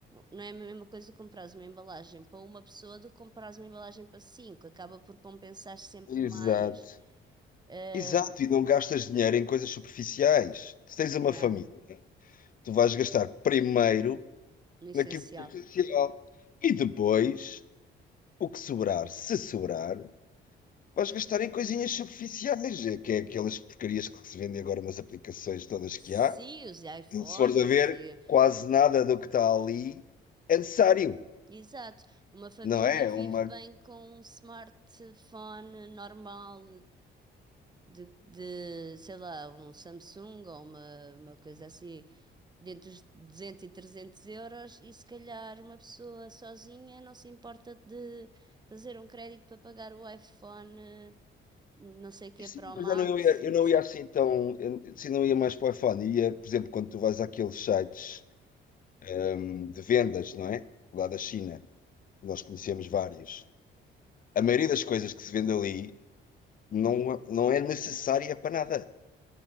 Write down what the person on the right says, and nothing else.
não é a mesma coisa comprares uma embalagem para uma pessoa do que comprares uma embalagem para cinco. Acaba por compensar sempre
mais, eh,
yeah,
no essencial.
Sim,
os iPhones
e.
Exato. Uma família
vive
bem com um smartphone normal de, de, sei lá, um Samsung ou uma, uma coisa assim, dentro dos 200 e 300 euros, e se calhar uma pessoa sozinha não se importa de fazer um crédito para pagar o iPhone, eh, não sei o que,
Pro
Max
e
não
sei
o
quê.